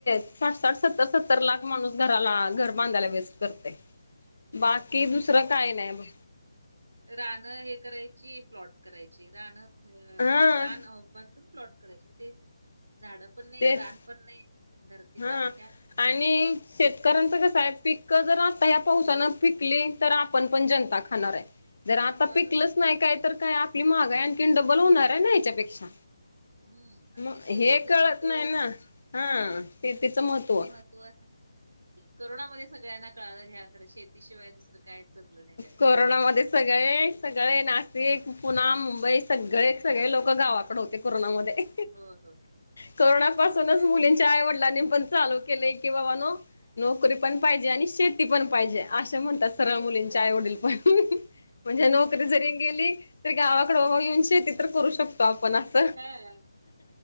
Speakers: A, on the left (about 75°); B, on the right (about 80°).
A: साठ साठ सत्तर सत्तर लाख माणूस घराला घर बांधायला वेस्ट करतंय. बाकी दुसरं काय नाही बघ.
B: रानं हे करायची प्लॉट करायची रानं अ
A: हा
B: रान बंद करून प्लॉट करायचे तेच झाड पण नाही
A: तेच
B: रान पण नाही धरती
A: हा
B: तापत्या
A: आणि शेतकऱ्यांचं कसं आहे पीकं जर आता ह्या पावसानं पिकली तर आपण पण जनता खा खाणार आहे. जर आता
B: होय
A: पिकलच
B: होय
A: नाही काय तर काय आपली महागाई आणखीन डबल होणार आहे ना याच्यापेक्षा
B: हम्म आणि
A: मग
B: ते शेतीचं
A: हे कळत
B: महत्व
A: नाही ना हा
B: शेतीचं
A: महत्त्व.
B: महत्व करोनामध्ये सगळ्यांना कळा घ्या खरं शेतीशिवाय दुसरं कायच जमलं नाही त्यावेळी
A: कोरोनामध्ये
B: शेतीच
A: सगळे सगळे नाशिक, पूणा, मुंबई सगळे सगळे लोकं गावाकडे होते कोरोनामध्ये.
B: हो हो
A: करोना पासूनच
B: काय
A: मुलींची च्या आई-वडिलांनी पण चालू केलंय की बाबांनो नोकरी पण पाहिजे आणि शेती पण पाहिजे असे म्हणतात
B: हम्म
A: सरळ मुलींच्या आई-वडील पण म्हणजे नोकरी जरी गेली तरी गावाकडे बाबा येऊन शेती तर करू शक तो आपण
B: शेती
A: अस
B: तर हा